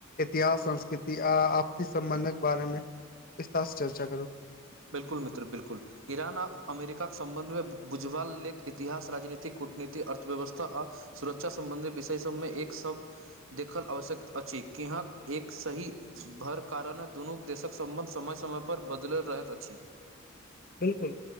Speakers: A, on the left; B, on the right.
A: इतिहास संस्कृति आ आपस सम्बन्धक बारेमे विस्तार से चर्चा करू।
B: बिल्कुल मित्र बिल्कुल ईरान आ अमेरिकाके सं्बंधमे बुझवाल ल इतिहास राजनीति। कूटनीतिक अर्थव्यवस्था आ सुरक्षा सं्बंधी विषय सभमे एक सभ देखल आवश्यकता अछि। अछि किहक एक सही भर कारणे दुनू देशक सम्बन्ध समय समय पर बदलि रहैत अछि। पक्षी।
A: बिलकुल